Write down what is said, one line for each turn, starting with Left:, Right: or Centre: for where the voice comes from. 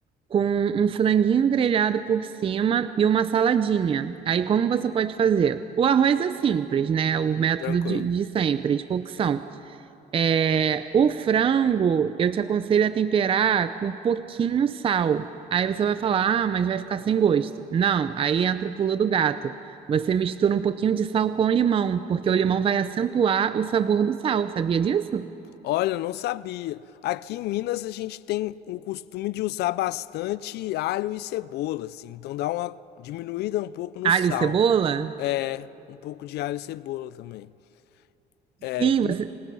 Right: com um franguinho grelhado por cima e uma saladinha. Aí, como você pode fazer? O arroz é simples, né? O método
Left: Tranquilo.
Right: de, de sempre, de cocção. É, o frango, eu te aconselho a temperar com um pouquinho sal. Aí você vai falar, ah, mas vai ficar sem gosto. Não, aí entra o pulo do gato. Você mistura um pouquinho de sal com limão, porque o limão vai acentuar o sabor do sal, sabia disso?
Left: Olha, eu não sabia. Aqui em Minas a gente tem o costume de usar bastante alho e cebola, assim, então dá uma diminuída um pouco no
Right: Alho
Left: sal.
Right: e cebola?
Left: É, um pouco de alho e cebola também. É,
Right: Sim, você